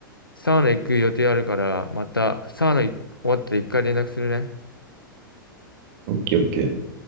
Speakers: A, on the left; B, on the right.
A: サウナ行く予定あるから、またサウナい終わったら一回連絡するね。
B: オッケーオッケー。